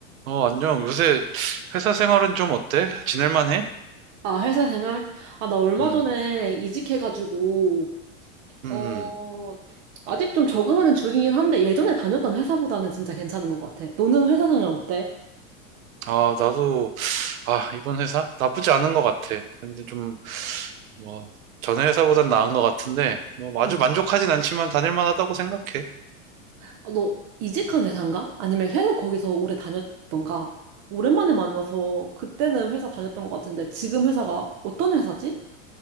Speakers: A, on the right; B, on the right.
A: 어, 안녕. 요새 회사 생활은 좀 어때? 지낼만 해?
B: 아, 회사 생활? 아, 나 얼마
A: 음,
B: 전에 이직해가지고,
A: 음,
B: 어,
A: 음.
B: 아직 좀 적응하는 중이긴 한데, 예전에 다녔던 회사보다는 진짜 괜찮은 것 같아. 너는 회사 생활 어때?
A: 아, 나도, 아, 이번 회사? 나쁘지 않은 것 같아. 근데 좀, 뭐, 전에 회사보단 나은 것 같은데, 뭐, 아주
B: 응.
A: 만족하진 않지만 다닐만 하다고 생각해.
B: 아, 너 이직한 회사인가? 아니면 계속 거기서 오래 다녔던가? 오랜만에 만나서 그때는 회사 다녔던 것 같은데, 지금 회사가 어떤 회사지?